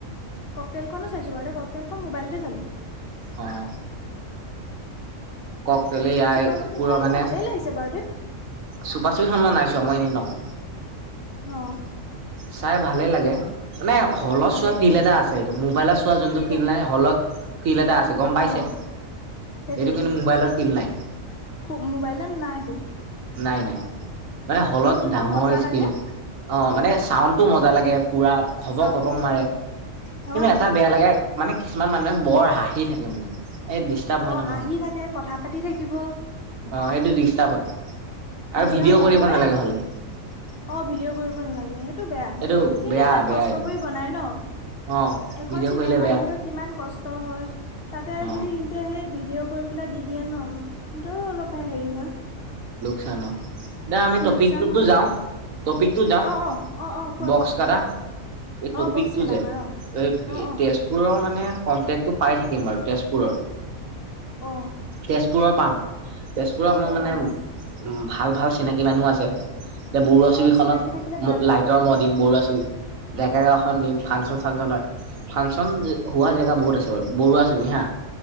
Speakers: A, on the left; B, on the right.
A: ক'কটেলখনো চাইছোঁ বাৰু তে' ক'কটেলখন মোবাইলতে চালোঁ।
B: অহ, ক'কটেল ইয়াই
A: চুপা
B: কুকুৰা
A: চুপিখন
B: মানে
A: ভালে লাগিছে বাৰু দে
B: চুপাচুপিখন মই নাই চোৱা মই এনেই নকওঁ।
A: অহ।
B: চাই ভালে লাগে মানে হ'লত
A: ভালে
B: চোৱা ফিল্ড এটা আছে, এইটো মোবাইলত চোৱা যোনটো
A: ফিল
B: ফিল্ড
A: এটা
B: নাই, হ'লত ফিল্ড এটা আছে গম পাইছাই।
A: অ সেইটোয়ে
B: এইটো কিন্তু মোবাইলৰ ফিল নাই
A: সেইটোয়ে মোবাইলত নাই সেইটো
B: নাই নাই মানে হলত
A: যোনটো
B: ডাঙৰ
A: মজা
B: স্ক্ৰীন
A: লাগে
B: অ মানে চাউণ্ডটো মজা লাগে পৰা খবক
A: চাউণ্ডটো
B: খবক
A: মজা
B: মাৰে
A: লাগে
B: কিন্তু
A: অ
B: এটা বেয়া লাগে মানে কিছুমান মানুহে বৰ হাঁহি থাকে মানে এই ডিষ্টাৰ্ব হয়
A: অ
B: ন
A: হাঁহি
B: মানুহ
A: থাকে কথা পাতি থাকিব
B: অ সেইটো ডিষ্টাৰ্ব হয়
A: ডিষ্টাৰ্ব
B: আৰু ভিডিঅ' কৰিব
A: হয়
B: নালাগে
A: অ
B: হল
A: অ ভিডিঅ' কৰিব নালাগে সেইটো বেয়া
B: এইটো
A: কিন্তু
B: বেয়া
A: ইমান
B: বেয়া
A: কষ্ট
B: এইটো
A: কৰি বনাই ন
B: অ
A: এখন
B: ভিডিঅ'
A: চিনেমা
B: কৰিলে বেয়া
A: হিন্দু কিমান কষ্ট হয় তাতে
B: অ
A: যদি সন্তে সেই ভিডিঅ' কৰি পেলাই দি দিয়ে ন কিন্তৰো অলপ হেৰি হয়
B: খানা দে আমি টপিকটোতো
A: লোকচান হয়
B: যাওঁ টপিকটো যাওঁ
A: অ অ অ অ অ কোৱা
B: বক্স
A: কোৱা
B: কটা এই
A: অ
B: টপিকটো
A: বক্স কেইটা
B: যে
A: আমাৰ অ
B: এ
A: অ অ
B: তেজপুৰৰ মানে কন্টেক্টো পাই থাকিম বাৰু তেজপুৰৰ
A: অ
B: তেজপুৰৰ পাম তেজপুৰত
A: তেজপুৰৰ
B: মোৰ মানে
A: পৰা
B: উ
A: অ
B: ভাল ভাল চিনাকি মানুহ আছে এ বৰুৱা ছবি
A: অ
B: খত
A: চিনাকি থাকিলে ভাল
B: লাইটৰ ম দিম বৰুৱা ছবি ডেকাে গাওখন
A: অ
B: দিম ফাংচন ফাংচন হয় ফাংচন হোৱা জেগা বহুত আছে বাৰু বৰুৱা ছবি হা